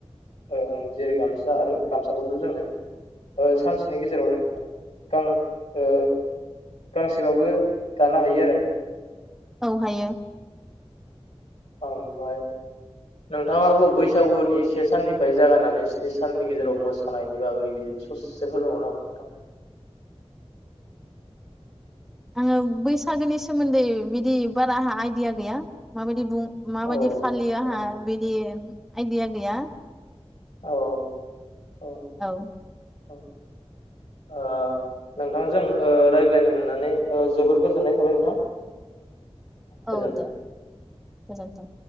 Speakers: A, on the left; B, in the centre.
A: ओ जेरै गामसा आरो गामसाखौथ' जोङो सानसेनि गेजेरावनो गां ओ गांसेबाबो दानो हायो आरो
B: औ हायो।
A: आमफाय नोंथाङाबो बैसागुनि से साननिफ्राय जागायनानै स्नि साननि गेजेराव मोसानायनि बागै बिदिनो ससे फोरमायबावनो हागोन नोंथां।
B: <unintelligible> आङो बैसागोनि सोमोन्दै बिदि बारा आंहा आइडिया गैया माबायदि बुं माबायदि
A: औ
B: फालियो आंहा
A: औ
B: बिदि आइदिया गैया।
A: औ औ
B: औ।
A: औ ओ नोंथांजों रायज्लायनो मोननानै जोबोर गोजोननाय थाबाय नोंथां। गोजोन्थों
B: औ दे गोजोनथों